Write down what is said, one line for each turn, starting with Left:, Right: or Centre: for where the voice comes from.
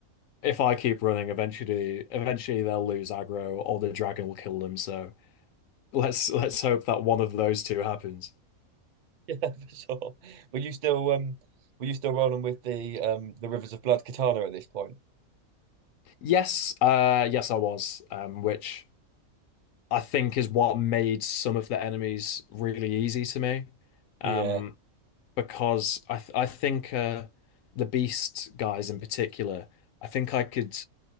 Left: if I keep running, eventually, eventually they'll lose aggro or the dragon will kill them. So let's let's hope that one of those two happens.
Right: Yeah, <laughs> for sure. Were you still um were you still rolling with the um the Rivers of Blood katana at this point?
Left: Yes, uh, yes, I was, um, which I think is what made some of the enemies really easy to me. Um,
Right: Yeah.
Left: because I th I think uh, the beast guys in particular, I think I could